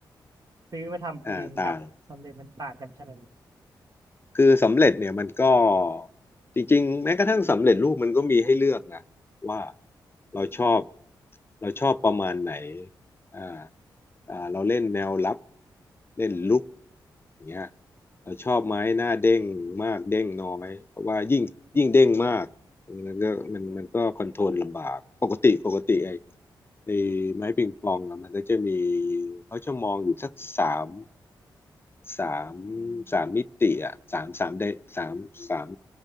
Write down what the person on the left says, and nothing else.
อ่าต่าง คือสำเร็จเนี่ยมันก็จริงๆแม้กระทั่งสำเร็จรูปมันก็มีให้เลือกนะว่าเราชอบเราชอบประมาณไหนอ่าอ่าเราเล่นแนวรับเล่นลุกอย่างเงี้ยเราชอบไหมหน้าเด้งมากเด้งน้อยเพราะว่ายิ่งยิ่งเด้งมาก
มันก็มันมันก็คอนโทรลลำบากปกติปกติไอ้ไอ้ไม้ปิงปองอะมันก็จะมีเขาจะมองอยู่สักสาม สามสามมิติอ่ะสามสามไดสามสาม